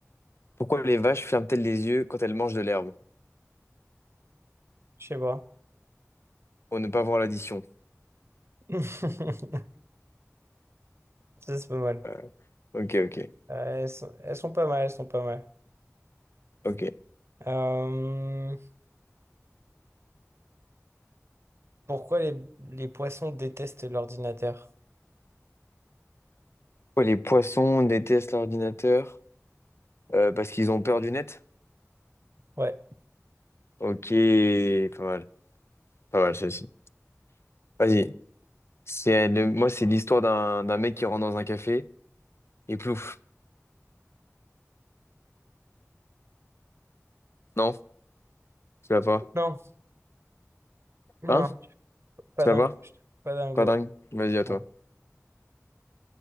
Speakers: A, on the left; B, on the right.
A: Pourquoi les vaches ferment-elles les yeux quand elles mangent de l'herbe?
B: Je sais pas.
A: Pour ne pas voir l'addition.
B: <laughs> Ça, c'est pas mal.
A: Euh, Ok, ok,
B: Euh, elles sont, elles sont pas mal, elles sont pas mal.
A: ok.
B: Euh, pourquoi les, les poissons détestent l'ordinateur?
A: Pourquoi les poissons détestent l'ordinateur? Euh, parce qu'ils ont peur du net?
B: Ouais.
A: Ok, pas mal. Pas mal, celle-ci. Vas-y. C'est le- Moi, c'est l'histoire d'un d'un mec qui rentre dans un café. Et plouf. Non, tu l'as pas.
B: Non,
A: Hein?
B: non, pas
A: Tu l'as
B: dingo.
A: pas?
B: je te- Pas dingo.
A: Pas dingue. Vas-y, à toi.
B: Bon.